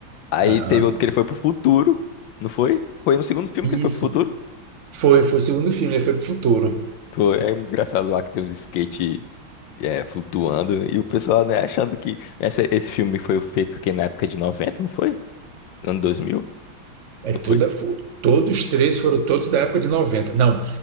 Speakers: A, on the left (about 70°); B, on the right (about 45°).
A: Aí
B: Aham.
A: teve outro que ele foi pro futuro, não foi? Foi no segundo filme que ele foi
B: Isso.
A: pro futuro?
B: Foi, foi o segundo filme, ele foi pro futuro.
A: Foi, é muito engraçado lá que tem uns skate. é, flutuando, e o pessoal, né, achando que essa- esse filme foi feito que na época de noventa não foi? Ano dois mil
B: É
A: Ou
B: tudo,
A: foi?
B: fo- todos três foram todos da época de noventa Não,